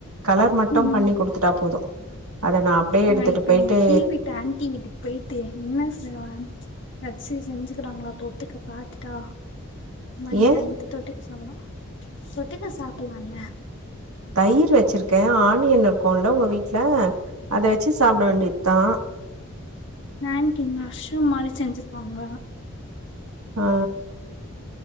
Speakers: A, on the right; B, on the left.
A: கலர் மட்டும்
B: ம்
A: பண்ணி குடுத்துட்டா போது அத நா அப்டியே எடுத்துட்டு
B: நா இப்ப
A: போயிட்டு
B: எங்க கீழ் வீட்டு ஆண்டி வீட்டுக்கு போயிட்டு என்ன செய்வே நட்ஸு செஞ்சுக்கிறாங்ளா தொட்டுக்க பாத்துட்டா வாங்கிட்டு
A: ஏன்
B: வந்ட்டு தொட்டுக்க சாப்புட்லா தொட்டுக்க சாப்புட்லால்ல
A: தயிரு வெச்சிருக்கே ஆனியன் இருக்குல்ல உங்க வீட்ல அத வெச்சு சாப்ட வேண்டியத்தா
B: ஆன்ட்டி மஷ்ரூம் மாரி செஞ்சுருப்பாங்க
A: ஆ